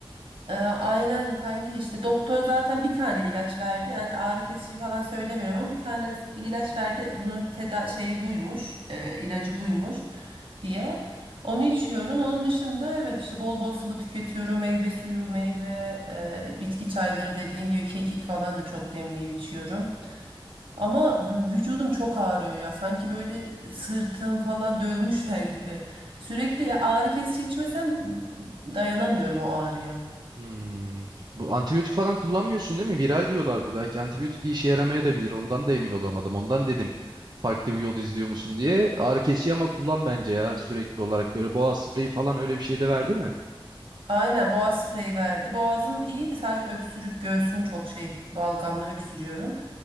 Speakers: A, on the right (about 70°); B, on the right (about 50°).
A: Ee, aynen kanki işte doktor zaten bir tane ilaç verdi. Yani ağrı kesici falan söylemiyorum ama bir tane bir ilaç verdi. E, Bunun teda şeyi buymuş, e, ilacı buymuş diye. Onu içiyorum. Onun dışında evet işte bol bol sıvı tüketiyorum. Meyve suyu, meyve, e, bitki çayları dediğin gibi kekik falan da çok demleyip içiyorum. Ama m, vücudum çok ağrıyor ya. Sanki böyle sırtım falan dövmüşler gibi. Sürekli ağrı kesici içmesem m, dayanamıyorum o ağrıya.
B: Hmm. Bu antibiyotik falan kullanmıyorsun değil mi? Viral diyorlar bu. Belki antibiyotik bir işe yaramaya da bilir. Ondan da emin olamadım. Ondan dedim farklı bir yol izliyor musun diye. Ağrı kesici ama kullan bence ya sürekli olarak. Böyle boğaz spreyi falan öyle bir şey de verdi mi?
A: Aynen boğaz spreyi verdi. Boğazım iyiydi sadece öksürük göğsüm çok şey balgamla öksürüyorum.